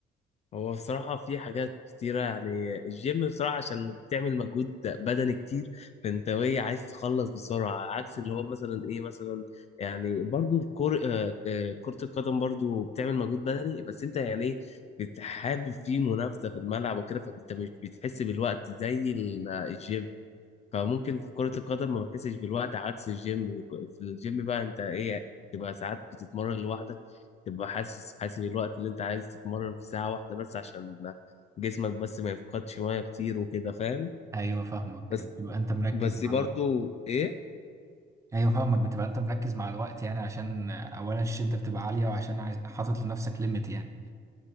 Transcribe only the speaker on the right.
أيوه فاهمك
بتبقى أنت مركز
مع
الوقت
أيوه فاهمك بتبقى أنت مركز مع الوقت يعني عشان أولا الشدة بتبقى عالية وعشان عايز حاطط لنفسك ليميت يعني